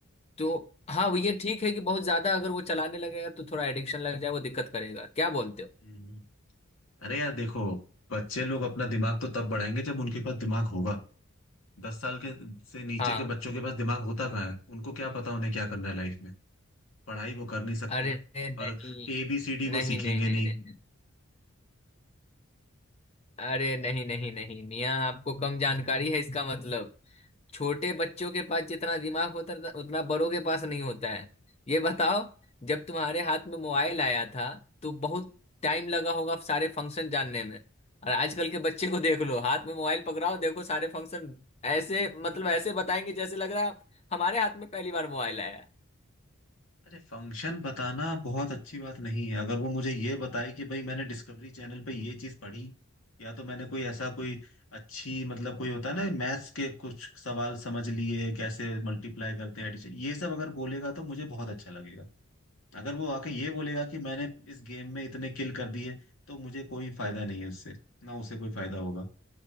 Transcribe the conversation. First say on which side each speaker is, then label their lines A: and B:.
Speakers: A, on the left (about 30°); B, on the left (about 75°).
A: तो हाँ वो ये ठीक है कि बहुत ज्यादा अगर वो चलाने लगेगा तो थोड़ा एडिक्शन लग जाए वो दिक्कत करेगा क्या बोलते हो
B: हम्म। अरे यार देखो बच्चे लोग अपना दिमाग तो तब बढ़ाएंगे जब उनके पास दिमाग होगा दस साल के से नीचे
A: हाँ
B: के बच्चों के पास दिमाग होता कहाँ है उनको क्या पता उन्हें क्या करना है लाइफ में पढ़ाई वो कर नहीं सकते
A: अरे नहीं
B: और ए बी सी डी
A: नहीं
B: वो सीखेंगे
A: नहीं नहीं
B: नहीं
A: नहीं नहीं अरे नहीं नहीं नहीं मियाँ आपको कम जानकारी है इसका मतलब छोटे बच्चों के पास जितना दिमाग होता है उतना बड़ों के पास नहीं होता है ये बताओ जब तुम्हारे हाथ में मोबाइल आया था तो बहुत टाइम लगा होगा सारे फंक्शन जानने में और आजकल के बच्चे को देख लो हाथ में मोबाइल पकड़ाओ देखो सारे फंक्शन ऐसे मतलब ऐसे बताएंगे जैसे लग रहा है हमारे हाथ में पहली बार मोबाइल आया है।
B: अरे फंक्शन बताना बहुत अच्छी बात नहीं है अगर वो मुझे ये बताए कि भाई मैंने डिस्कवरी चैनल पे ये चीज पढ़ी या तो मैंने कोई ऐसा कोई अच्छी मतलब कोई होता है ना मैथ्स के कुछ सवाल समझ लिए कैसे मल्टीप्लाई करते हैं addition, ये सब अगर बोलेगा तो मुझे बहुत अच्छा लगेगा अगर वो आके ये बोलेगा कि मैंने इस गेम में इतने किल कर दिए तो मुझे कोई फायदा नहीं है उससे ना उसे कोई फायदा होगा